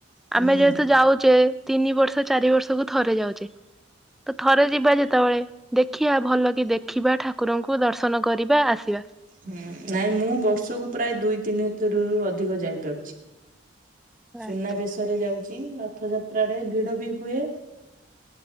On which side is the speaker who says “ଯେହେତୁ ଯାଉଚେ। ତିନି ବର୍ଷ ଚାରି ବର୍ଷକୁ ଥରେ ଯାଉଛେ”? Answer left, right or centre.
Centre